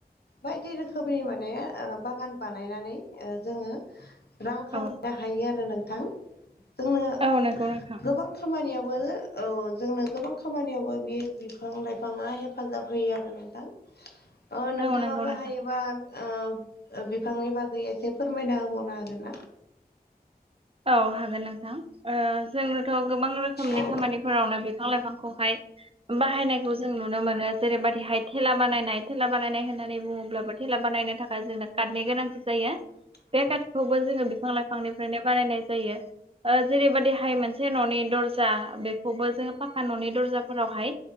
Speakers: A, on the left; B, on the right.
A: बायदि रो खोमसि माने आ बागान बानायनानै आ जोङो रां खामायनो
B: औ
A: हायो आरो नोंथां जोंनो
B: औ नंगौ नोंथां
A: गोबां खामानियावबो औ जोंनो गोबां खामानियावबो बि बिफां लाइफाङा हेफाजाब होयो आरो नोंथां। ओ नोंथाङाबो
B: औ नंगौ नोंथां।
A: हायो बा उह ओ बिफांनि बागै एसे फोरमायना होबावनो हागोन ना?
B: औ हागोन नोंथां ओ जोंनोथ' गोबां रोखोमनि
A: औ
B: खामानिफोरावनो बिफां लाइफांखौहाय बाहायनायखौ जों नुनो मोनो। जेरैबायदि हाय थेला बानायनाय थेला बानायनाय होननानै बुङोब्लाबो थेला बानायनो थाखाय जोंनो कारटनि गोनांथि जायो।
A: <inaudible>
B: बे कार्डखौबो जोङो बिफां लाइफांनिफ्रायनो बानायनाय जायो। ओ जेरैबदिहाय मोनसे न'नि दर्जा बेखौबो जोङो फाखा न'नि दर्जाफोरावहाय